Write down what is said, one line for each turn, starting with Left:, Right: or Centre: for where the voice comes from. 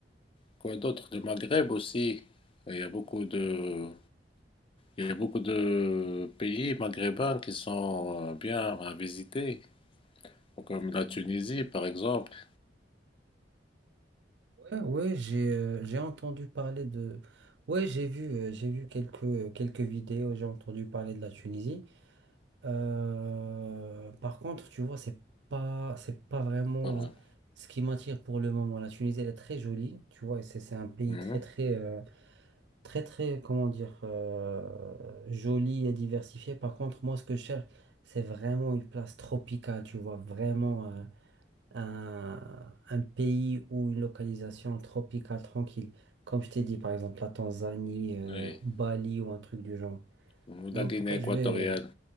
Left: quoi d'autre? Le Maghreb aussi. Il y a beaucoup de, il y a beaucoup de pays maghrébins qui sont euh, bien à visiter. Comme la Tunisie, par exemple.
Right: Ouais, ouais, j'ai euh, j'ai entendu parler de... Ouais, j'ai vu, euh, j'ai vu quelques, quelques vidéos, j'ai entendu parler de la Tunisie. Euh, par contre, tu vois, c'est pas, c'est pas vraiment
Left: Pas vraiment.
Right: euh, ce qui m'attire pour le moment. La Tunisie, elle est très jolie, tu vois, et c'est c'est un pays
Left: Mhm.
Right: très, très, euh, très, très, comment dire, euh, joli et diversifié. Par contre, moi, ce que je cherche, c'est vraiment une place tropicale, tu vois, vraiment. euh, un, un pays ou une localisation tropicale tranquille. Comme je t'ai dit, par exemple, la Tanzanie, euh,
Left: Oui.
Right: Bali ou un truc du genre.
Left: Ou
Right: Mais
Left: la
Right: en
Left: Guinée
Right: tout cas,
Left: équatoriale.
Right: je vais... euh,